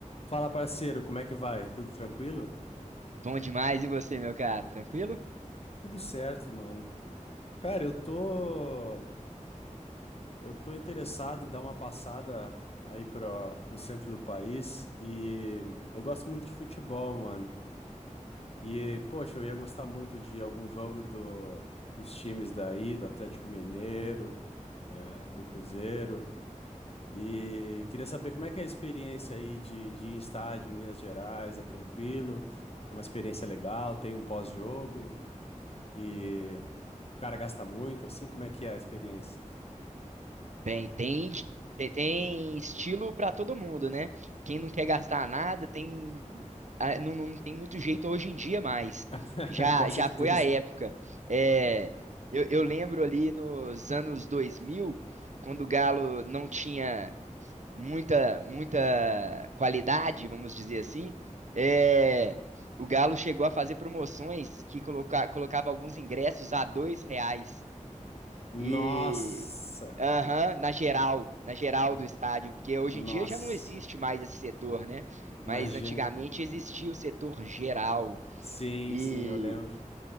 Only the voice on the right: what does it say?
Bom demais, e você, meu cara? Tranquilo?
Bem, tem, tem, tem estilo pra todo mundo, né? Quem não quer gastar nada, tem, ah, não, não tem muito jeito hoje em dia mais.
Já,
já foi a época. É, eu, eu lembro ali nos anos 2000 quando o Galo não tinha muita, muita qualidade, vamos dizer assim, é, o Galo chegou a fazer promoções que coloca, colocava alguns ingressos a dois reais.
E aham, na geral, na geral do estádio, porque hoje
em dia já não existe mais esse setor, né? Mas
antigamente existia o setor geral.
E